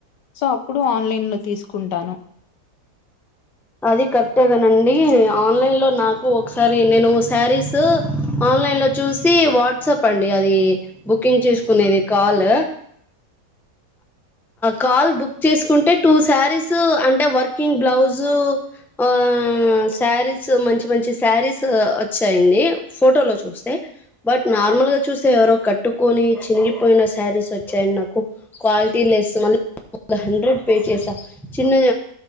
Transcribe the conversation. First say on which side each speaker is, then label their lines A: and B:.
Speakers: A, on the left; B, in the centre.
A: అప్పుడు ఆన్లైన్ లో తీసుకుంటాను
B: అది కరెక్టేగనండి ఆన్లైన్ లో నాకు ఒకసారి నేను శారీస్ ఆన్లైన్ లో చూసి వాట్సాప్ అండి అది బుకింగ్ చేసుకునేది కాల్ కాల్ బుక్ చేసుకుంటే టూ శారీస్ అంటే వర్కింగ్ బ్లౌస్ ఆ శారీస్ మంచి మంచి శారీస్ వచ్చాయండి ఫోటో లో చూస్తే బట్ నార్మల్ గా చూస్తే ఎవరో కట్టుకొని చినిగిపోయిన శారీస్ వచ్చాయి నాకు క్వాలిటీ లెస్ మ ఒక హండ్రెడ్ పే చేసా చిన్న